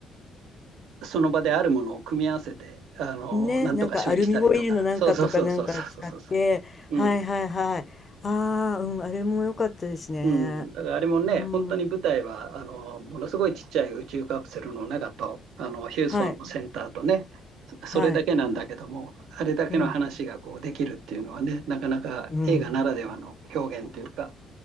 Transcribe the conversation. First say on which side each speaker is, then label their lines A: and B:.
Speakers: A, on the right; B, on the left.
A: その場であるものを組み合わせて、あのーなんとか修理したりとか。
B: ね、なんかアルミホイルのなんかとかなんか使って、
A: そうそうそうそうそうそうそう。
B: はいはいはい。
A: うん。
B: ああ、うん、あれも良かったですね。
A: うん、だからあれもね、
B: うん。
A: 本当に舞台はあのものすごいちっちゃい宇宙カプセルの中とあのヒューストンのセンターとね、
B: はい、
A: そそれだけなんだけども、
B: はい。
A: あれだけの話がこうできるっていうのはね、
B: うん、
A: なかなか映画ならではの表現というか、
B: うん。